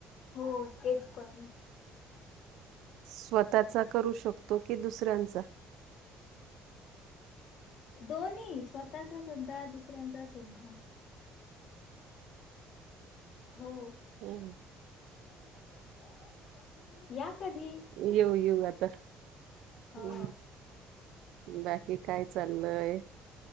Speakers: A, on the left; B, on the right.
A: हो, स्केच पण.
B: स्वतःचा करू शकतो कि दुसऱ्यांचा?
A: दोन्ही स्वतःचा सुद्धा दुसऱ्यांचा सुद्धा. हो
B: हुं.. हुं
A: <unintelligible> <unintelligible> कधी
B: येऊ येऊ आता
A: हो
B: <unintelligible> बाकी काय चाललंय?